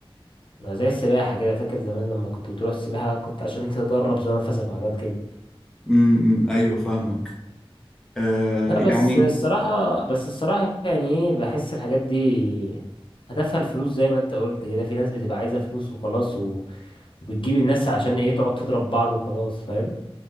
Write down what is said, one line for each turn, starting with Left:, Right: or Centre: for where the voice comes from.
Left: زي السباحه كده فاكر زمان لما كنت بتروح السباحه كنت عشان تدرب زي نفسك وحاجات كده
Centre: امم ايوه فاهمك آه
Left: لا
Centre: يعني
Left: بس الصراحة بس الصراحة يعني ايه بحس الحاجات دي هدفها الفلوس زي ما انت قلت كده في ناس بتبقى عايزة فلوس وخلاص و... وبتجيب الناس عشان ايه تقعد تضرب بعض وخلاص فاهم